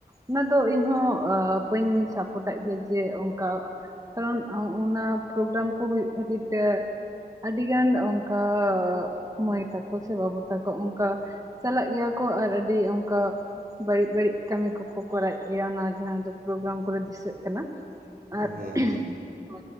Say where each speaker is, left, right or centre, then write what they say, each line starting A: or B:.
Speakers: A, on the right (about 20°); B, on the right (about 60°).
A: ᱚᱱᱟ ᱫᱚ ᱤᱧᱦᱚ ᱟᱹ ᱵᱟᱹᱧ ᱥᱟᱯᱳᱨᱴᱟᱜ ᱜᱮᱭᱟ ᱡᱮ ᱚᱝᱠᱟ ᱠᱟᱨᱚᱱ ᱚ-ᱚᱱᱟ ᱯᱨᱳᱜᱨᱟᱢ ᱠᱚ ᱦᱳᱭᱳᱜ ᱠᱷᱟᱹᱛᱤᱨ ᱛᱮ ᱟᱹᱰᱤ ᱜᱟᱱ ᱚᱝᱠᱟ ᱢᱟᱹᱭ ᱛᱟᱠᱚ ᱥᱮ ᱵᱟᱹᱵᱩ ᱛᱟᱠᱚ ᱚᱝᱠᱟ ᱪᱟᱞᱟᱜ ᱜᱮᱭᱟ ᱠᱚ ᱟᱨ ᱟᱹᱰᱤ ᱚᱝᱠᱟ ᱵᱟᱹᱲᱤᱡ ᱵᱟᱹᱲᱤᱡ ᱠᱟᱹᱢᱤ ᱠᱚᱨᱟᱣᱮᱜ ᱜᱮᱭᱟ ᱚᱱᱟ ᱡᱟᱦᱟᱸ ᱯᱨᱳᱜᱨᱟᱢ ᱠᱚᱨᱮ ᱫᱤᱥᱟᱹᱜ ᱠᱟᱱᱟ᱾
B: ᱦᱮᱸ
A: ᱟᱨ
B: ᱦᱮᱸ ᱦᱮᱸ
A: ᱦᱳ᱾